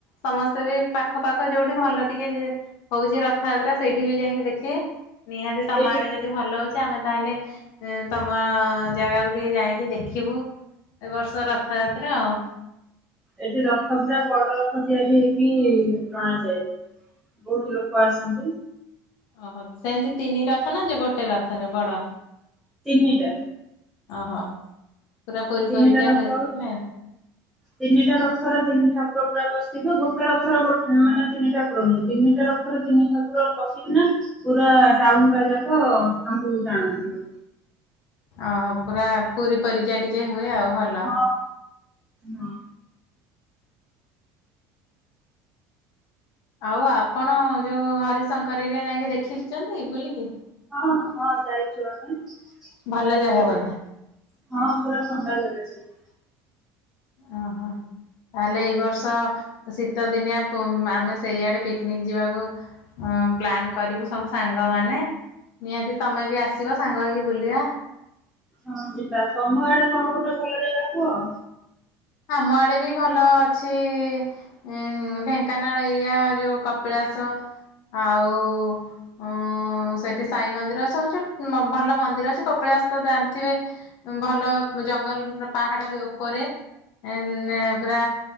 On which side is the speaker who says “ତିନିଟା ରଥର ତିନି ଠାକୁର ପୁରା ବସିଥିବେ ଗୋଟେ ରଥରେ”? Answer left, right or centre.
Centre